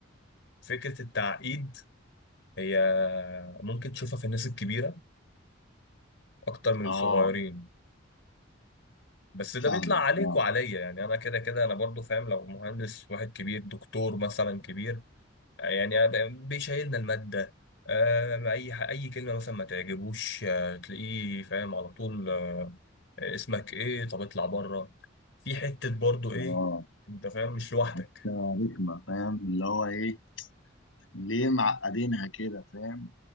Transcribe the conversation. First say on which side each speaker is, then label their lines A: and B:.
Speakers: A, on the left; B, on the left.
A: فكرة التعقيد هي ممكن تشوفها في الناس الكبيرة أكتر من
B: اه
A: الصغيرين بس
B: فاهمك
A: ده بيطلع عليك
B: فاهمك
A: وعليا يعني انا كده كده انا برضو فاهم لو مهندس واحد كبير دكتور مثلا كبير يعني أنا بيشيلنا المادة آه، اي ح- اي كلمة مثلا ما تعجبوش آه، تلاقيه فاهم على طول آه، اسمك ايه طب اطلع بره في حتة برضو
B: اه
A: ايه انت فاهم مش لوحدك
B: حتة رخمة فاهم اللي هو إيه ليه معقدينها كده فاهم